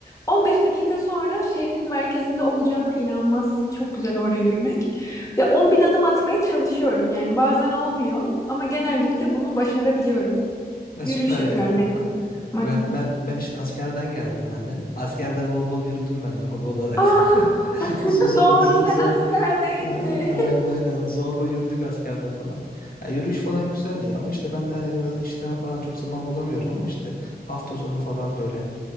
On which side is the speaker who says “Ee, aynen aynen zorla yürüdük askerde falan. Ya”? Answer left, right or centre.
Left